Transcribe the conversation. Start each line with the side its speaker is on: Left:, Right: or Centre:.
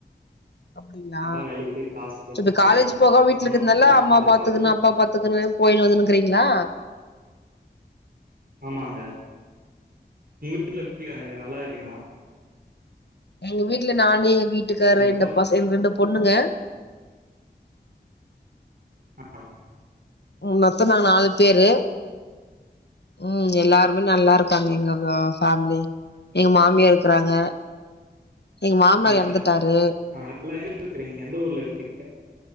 Left: அப்டிங்ளா
Right: ஆனா வேலைக்கு போய் காசு எல்லாம்
Left: சோ இப்ப
Right: சம்பாதிக்கிறேங்க
Left: காலேஜ் போகமா வீட்ல
Right: சம்பாதிச்சு
Left: இருக்கத்துனால அம்மா
Right: நல்லா
Left: பாத்துக்குனு
Right: பார்த்துக்கிறேன்
Left: அப்பா பாத்துக்கனு போயினு வந்துனுகிறைங்களா
Right: ஆமாங்க உங்க வீட்டுல எப்டிங்க இருக்காங்க நல்லா இருக்கிங்களா
Left: எங்க வீட்டுல நானு எயா வீட்டுக்காரு
Right: ஹலோ
Left: இந்த பச எங்க ரெண்டு பொண்ணுங்க
Right: ஆ
Left: ம் மொத்தோ நாங்க நாலு பேரு ம் எல்லாருமே நல்லா இருக்காங்க எங்கா ஃபேமிலி எங்க மாமியார் இருக்கறாங்க எங்க மாமனார்
Right: ம்
Left: எறந்துட்டாரு
Right: ஆ எல்லா இருக்கறீங்க எந்த ஊர்ல இருக்கீங்க